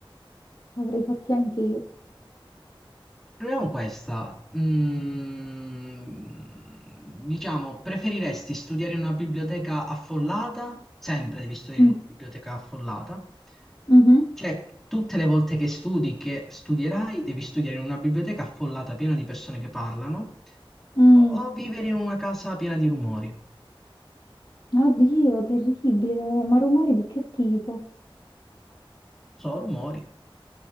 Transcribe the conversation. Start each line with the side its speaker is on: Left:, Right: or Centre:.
Left: avrei fatti anche io.
Centre: Proviamo questa. Mm, diciamo, preferiresti studiare in una biblioteca affollata? Sempre devi studiare
Left: Mm,
Centre: in una biblioteca affollata.
Left: mhm,
Centre: Cioè, tutte le volte che studi, che studierai, devi studiare in una biblioteca affollata piena di persone che parlano,
Left: mm.
Centre: o o vivere in una casa piena di rumori.
Left: Oddio, terribile, ma rumori di che tipo?
Centre: So, rumori.